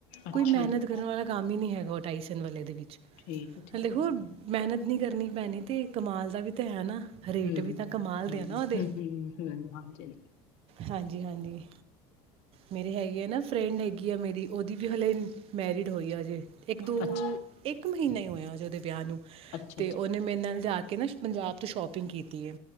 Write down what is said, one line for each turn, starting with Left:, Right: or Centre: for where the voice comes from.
Left: ਅੱਛਾ
Right: ਕੋਈ ਮੈਹਨਤ
Left: ਜੀ,
Right: ਕਰਨ ਵਾਲਾ ਕੰਮ ਹੀ ਨੀ ਹੈਗਾ ਓਹ ਡਾਈਸਨ ਵਾਲੇ ਦੇ ਵਿੱਚ।
Left: ਠੀਕ ਹੈ, ਠੀਕ
Right: ਹਲੇ ਹੂਗ
Left: ਹੈ, ਠੀਕ
Right: ਮੈਹਨਤ ਨੀ ਕਰਨੀ ਪੈਣੀ ਤੇ ਕਮਾਲ ਦਾ ਵੀ ਤੇ ਹੈ ਨਾ। ਰੇਟ
Left: ਹੂੰ। ਹੂੰ,
Right: ਵੀ ਤਾਂ ਕਮਾਲ
Left: ਹੂੰ,
Right: ਦੇ ਆ ਨਾ ਓਦੇ।
Left: ਹੂੰ, ਹੂੰ, ਹਾਂਜੀ।
Right: ਹਾਂਜੀ-ਹਾਂਜੀ। ਮੇਰੇ ਹੈਗੀ ਏ ਨਾ ਫਰੈਂਡ ਹੈਗੀ ਆ ਮੇਰੀ, ਓਦੀ ਵੀ ਹਲੇ ਮੈਰਿਡ ਹੋਈ ਆ ਹਜੇ। ਇੱਕ ਦੋ
Left: ਅੱਛਾ,
Right: ਇੱਕ ਮਹੀਨਾ ਹੀ ਹੋਯਾ ਹਜੇ ਓਦੇ ਵਿਆਹ ਨੂੰ।
Left: ਅੱਛਾ,
Right: ਤੇ ਓਨੇ ਮੇਰੇ ਨਾਲ ਜਾ ਕੇ ਨਾ ਪੰਜਾਬ ਤੋਂ ਸ਼ੋਪਿੰਗ ਕੀਤੀ ਏ।